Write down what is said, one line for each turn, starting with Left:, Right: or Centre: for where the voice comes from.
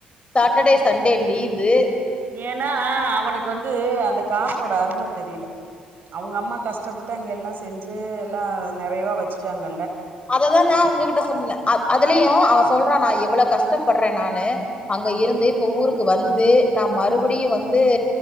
Left: சாட்டர்டே சண்டே லீவு
Right: ஏன்னா ஹ அவனுக்கு வந்து அந்த காசோட அருமை தெரியல அவங்க அம்மா கஷ்டப்பட்டு அங்க எல்லாம் செஞ்சு எல்லாம் நிறைவா வச்சுட்டாங்க
Left: அததான் நா உங்ககிட்ட சொன்னேன் அதுலயும் அவன் சொல்றான் நா அவ்வளவு கஷ்டப்படுறேன் நானு அங்க இருந்து இப்ப ஊருக்கு வந்து நா மறுபடியும் வந்து